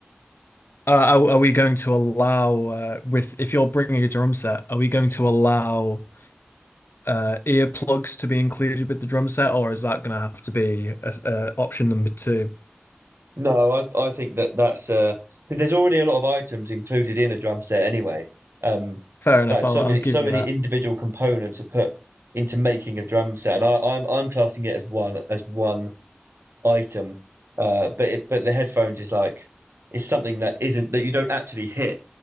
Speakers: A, on the left; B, on the right.
A: are, are are we going to allow uh, with if you're bringing a drum set, are we going to allow uh earplugs to be included with the drum set or is that going to have to be a, s- a option number two?
B: No, I I think that that's uh 'cause there's already a lot of items included in a drum set anyway. Um,
A: Fair enough.
B: like
A: I'll
B: so
A: I'll
B: many
A: give
B: so
A: you
B: many
A: that.
B: individual components are put into making a drum set, and I, I'm I'm classing it as one as one item. Uh, but it, but the headphones is like it's something that isn't that you don't actually hit.